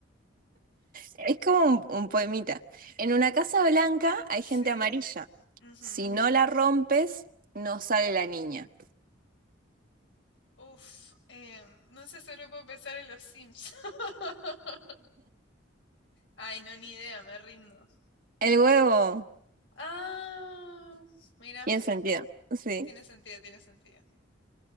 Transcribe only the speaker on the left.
Sí.
ujú.
Uf, eh, no sé, solo puedo pensar en los Sims. <laughs> Ay, no, ni idea, me rindo.
Ah, mira,
tiene sentido, tiene sentido.